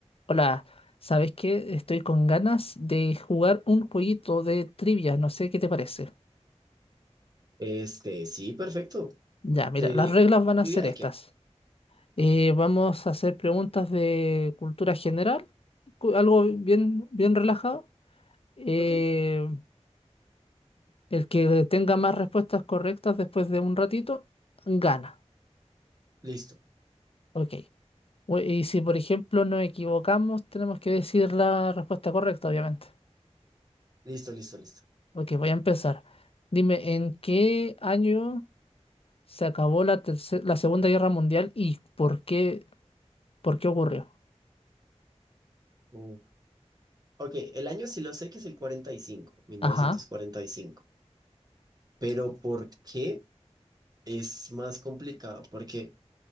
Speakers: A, on the left (about 55°); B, on the right (about 35°).
A: Hola, ¿sabes qué? Estoy con ganas de jugar un jueguito de trivia, no sé qué te parece.
B: Este, sí, perfecto.
A: Ya, mira,
B: de
A: las reglas van
B: diría
A: a ser
B: de
A: estas.
B: qué.
A: Eh, vamos a hacer preguntas de cultura general, cu- algo bien, bien relajado. Eh,
B: Ok,
A: el que tenga más respuestas correctas después de un ratito, gana.
B: listo,
A: Ok. Bu- Y si, por ejemplo, nos equivocamos, tenemos que decir la respuesta correcta, obviamente.
B: listo, listo, listo.
A: Ok, voy a empezar. Dime, ¿en qué año... Se acabó la, terce- la Segunda Guerra Mundial y ¿por qué, por qué ocurrió?
B: Uh, Ok, el año sí lo sé que es el cuarenta cuarenta y cinco mil
A: Ajá.
B: novecientos cuarenta y cinco Pero ¿por qué es más complicado? Porque